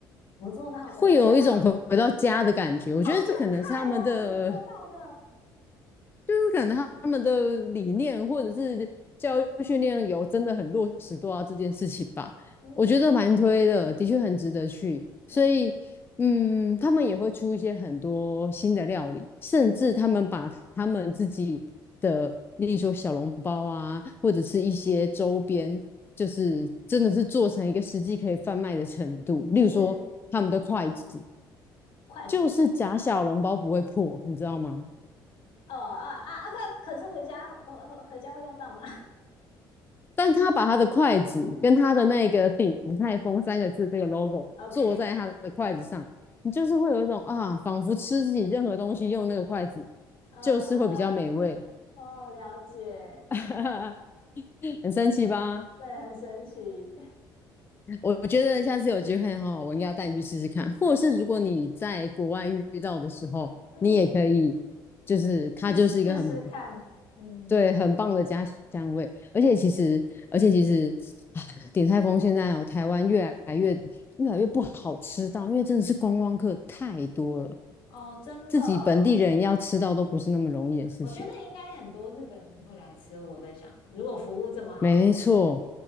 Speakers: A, on the left; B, on the left.
A: 怎么做到的？
B: 会有一种回回到家的感觉。
A: 天哪，
B: 我觉得这可能是他们的，
A: 好变态哦！怎么做到的？
B: 就是可能他们的理念或者是教育训练有真的很落实做到这件事情吧。
A: <laughs> 嗯
B: 我觉得蛮推的，的确很值得去。所以，
A: 嗯，
B: 嗯，他们也会出一些很多新的料理，甚至他们把他们自己的，例如说小笼包啊，或者是一些周边，就是真的是做成一个实际可以贩卖的程度。例如说他们的筷子，
A: 是筷子。
B: 就是假小笼包不会破，你知道吗？
A: 哦啊啊啊！可可是回家，呃，回家会用到吗？
B: 但他把他的筷子跟他的那个“鼎泰丰”三个字这个
A: <laughs> 嗯
B: logo
A: ，OK，
B: 做在他的筷子上，你就是会有一种啊，仿佛吃自己任何东西用那个筷子，
A: 呃，
B: 就是会比较美味，
A: 哦，了解，
B: <laughs> 很神奇吧？
A: 对，很神奇，
B: 我觉得下次有机会哈，我应该要带你去试试看，或是如果你在国外遇到的时候，
A: 嗯，
B: 你也可以，就是它就是一个很
A: 试试试看，嗯，
B: 对，很棒的家乡味，而且其实，而且其实，啊鼎泰丰现在哦，台湾越来越越来越不好吃到，因为真的是观光客太多了，
A: 哦，真的哦
B: 自己本地人要吃到都不是那么容易的事情。
A: 我觉得应该很多日本人会来吃。我在想，如果服务这么好的话，
B: 没错，